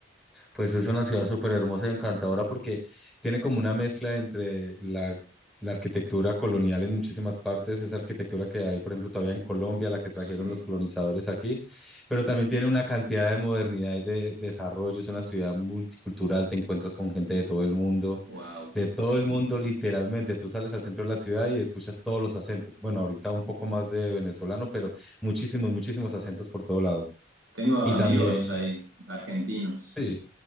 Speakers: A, in the centre; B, on the right.
A: Pues es una ciudad súper hermosa y encantadora porque tiene como una mezcla entre la, la arquitectura colonial en muchísimas partes, esa arquitectura que hay, por ejemplo, todavía en Colombia, la que trajeron
B: Sí,
A: los colonizadores aquí, pero también tiene una cantidad de modernidad y de desarrollo. Es una ciudad multicultural, te encuentras con gente de todo el mundo,
B: wow.
A: de todo el mundo literalmente. Tú sales al centro de la ciudad y escuchas todos los acentos. Bueno, ahorita un poco más de venezolano, pero muchísimos, muchísimos acentos por todo lado.
B: Tengo amigos
A: Y también...
B: ahí, argentinos.
A: Sí.